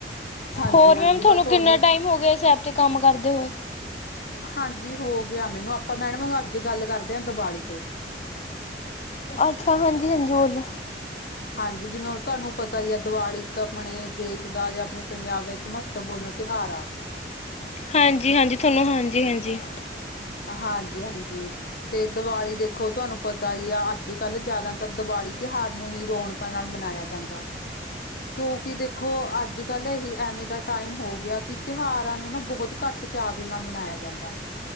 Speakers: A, on the left; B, on the left.
A: ਹਾਂਜੀ-ਹਾਂਜੀ
B: ਹੋਰ ਮੈਮ ਥਾਨੂੰ
A: ਬਸ ਉਹੀ
B: ਕਿੰਨਾ ਟਾਈਮ ਹੋ ਗਿਆ, ਇਸ ਐਪ ਤੇ ਕੰਮ ਕਰਦੇ ਹੋਏ।
A: ਹਾਂਜੀ ਹੋ ਗਿਆ ਮੈਨੂੰ, ਆਪਾਂ ਮੈਡਮ ਅੱਜ ਗੱਲ ਕਰਦੇ ਆਂ ਦੀਵਾਲੀ ਤੇ।
B: ਅੱਛਾ ਹਾਂਜੀ- ਹਾਂਜੀ, ਬੋਲੋ।
A: ਹਾਂਜੀ ਜਿਵੇਂ ਹੁਣ ਤੁਆਨੂੰ ਪਤਾ ਈ ਆ, ਦੀਵਾਲੀ ਇੱਕ ਆਪਣੇ ਦੇਸ਼ ਦਾ ਜਾਂ ਆਪਣੇ ਪੰਜਾਬ ਦਾ ਇੱਕ ਮਹੱਤ- ਤਵਪੂਰਨ ਤਿਉਹਾਰ ਆ।
B: ਹਾਂਜੀ -ਹਾਂਜੀ ਥਾਨੂੰ ਹਾਂਜੀ- ਹਾਂਜੀ।
A: ਹਾਂਜੀ- ਹਾਂਜੀ। ਤੇ ਦੀਵਾਲੀ ਦੇਖੋ ਤੁਆਨੂੰ ਪਤਾ ਈ ਆ, ਅੱਜ ਕੱਲ੍ਹ ਜਾਦਾਤਰ ਦੀਵਾਲੀ ਤਿਉਹਾਰ ਨੂੰ ਈ ਰੌਣਕਾਂ ਨਾਲ ਮਨਾਇਆ - ਜਾਂਦਾ। ਕਿਉਂਕਿ ਦੇਖੋ ਅੱਜ ਕੱਲ ਏਹੀ ਐਵੇਂ ਦਾ ਟਾਈਮ ਹੋ ਗਿਆ, ਕੀ ਤਿਉਹਾਰਾਂ ਨੂੰ ਨਾ ਬਹੁਤ ਘੱਟ- ਚਾਅ ਦੇ ਨਾਲ ਮਨਾਇਆ ਜਾਂਦਾ।